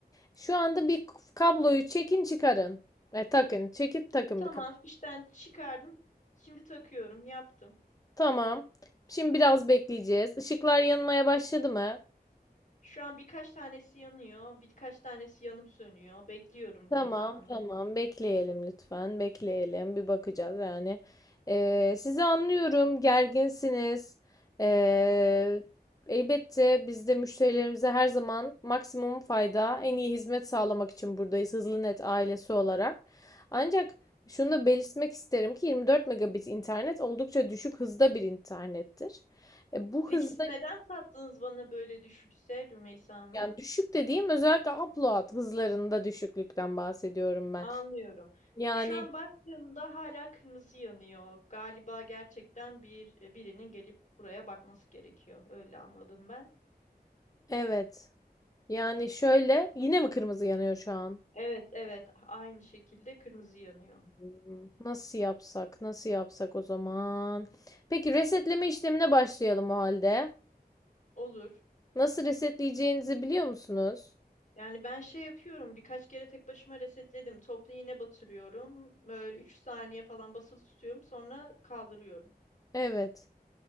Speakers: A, on the left; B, on the left.
A: Şu anda bir kabloyu çekin çıkarın. E, takın. Çekip takın
B: Tamam,
A: bir kablo.
B: fişten çıkardım. Şimdi takıyorum. Yaptım.
A: Tamam. Şimdi biraz bekleyeceğiz. Işıklar yanmaya başladı mı?
B: Şu an birkaç tanesi yanıyor, birkaç tanesi yanıp sönüyor. Bekliyorum Rümeysa
A: Tamam
B: Hanım.
A: tamam bekleyelim lütfen bekleyelim bir bakacağız yani Ee, sizi anlıyorum gerginsiniz Ee, elbette biz de müşterilerimize her zaman maksimum fayda en iyi hizmet sağlamak için buradayız Hızlı Net ailesi olarak ancak şunu da belirtmek isterim ki 24 megabit internet oldukça düşük hızda bir internettir E, bu
B: Peki
A: hızda
B: siz neden sattınız bana böyle düşükse Rümeysa Hanım?
A: yani düşük dediğim özellikle upload hızlarında düşüklükten bahsediyorum ben
B: Anlıyorum.
A: yani
B: Şu an baktığımda hala kırmızı yanıyor. Galiba gerçekten bir birinin gelip buraya bakması gerekiyor. Öyle anladım ben.
A: evet Yani şöyle yine mi kırmızı yanıyor şu an?
B: Evet, evet. Aynı şekilde kırmızı yanıyor.
A: Hmm, Nasıl yapsak? Nasıl yapsak o zaman? Peki resetleme işlemine başlayalım o halde.
B: Olur.
A: Nasıl resetleyeceğinizi biliyor musunuz?
B: Yani ben şey yapıyorum birkaç kere tek başıma resetledim. Toplu iğne batırıyorum. Böyle 3 saniye falan basılı tutuyorum sonra kaldırıyorum.
A: Evet.